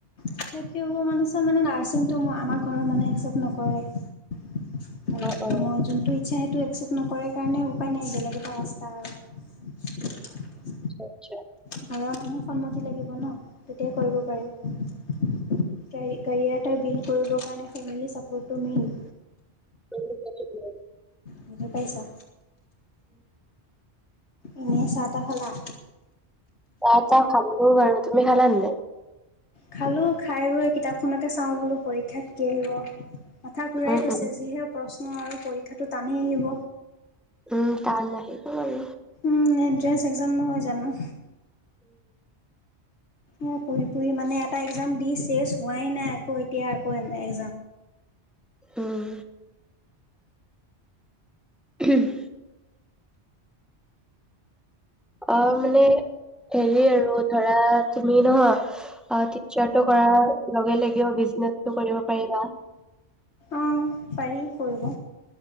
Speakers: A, on the left (about 80°); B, in the centre.
A: টিচাৰ কিয় হ'ব মন আছে মানে নাৰছিংটো মোৰ আমাৰ ঘৰৰ মানুহে একচেপ্ট নকৰে। ম
B: অ', অ',
A: মই যোনটো ইচ্ছা সেইটো একচেপ্ট নকৰে কাৰণে উপায় নাই বেলেগ এটা ৰাস্তা আৰু
B: আচ্ছা।
A: ঘৰ মানুহৰ সন্মতি লাগিব ন? তেতিয়াই কৰিব পাৰে কেৰি কেৰিয়াত। বুইল্ড কৰিবৰ কাৰণে ফেমিলী ছাপ'ৰ্টটো মেইন।
B: <unintelligible>
A: বুজি পাইচা? ইনে চাহ তা খালা
B: <unintelligible> খালোঁ বাৰু তুমি খালা নে নাই?
A: খালো খাই বৈ কিতাপখনকে চাওঁ বোলো পৰীক্ষাত কি আহিব। মাথা ঘূৰাই
B: উম,
A: গৈছে
B: উম,
A: যিহে প্ৰশ্ন আৰু পৰীক্ষাটো টানেই আহিব।
B: উম টান আহিব বাৰু
A: উম এন্ট্ৰেস এক্সাম নহয় জানো। মোৰ পঢ়ি পঢ়ি মানে এটা এক্সাম দি চেচ হোৱাই নাই আকৌ এতিয়া আকৌ এন - এক্সাম।
B: উম। <unintelligible> অ', মানে হেৰি আৰু ধৰা তুমি নহয় অ' টিচাৰটো কৰাৰ লগে লগেও বিজনেচটো কৰিব পাৰিবা।
A: অঁ পাৰি কৰিব।